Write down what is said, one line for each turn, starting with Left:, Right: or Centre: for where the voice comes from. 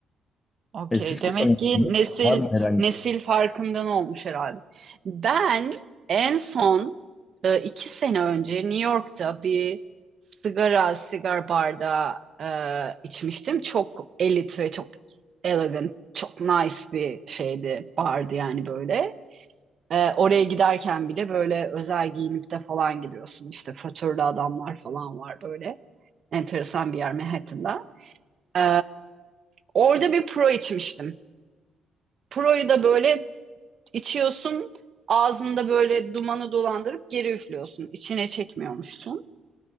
Right: Okey.
Left: E, siz
Right: Demek
Left: kullanıyorsunuz.
Right: ki nesil
Left: Var mı herhangi?
Right: nesil farkından olmuş herhalde. Ben en son e, iki sene önce New York'ta bir sigara sigar barda e, içmiştim. Çok elit ve çok elegant, çok nice bir şeydi bardı yani böyle. E, oraya giderken bile böyle özel giyinip de falan gidiyorsun. İşte fötürlü adamlar falan var böyle. Enteresan bir yer Manhattan'da. E, orada bir pro içmiştim. Pro'yu da böyle içiyorsun, ağzında böyle dumanı dolandırıp geri üflüyorsun. İçine çekmiyormuşsun.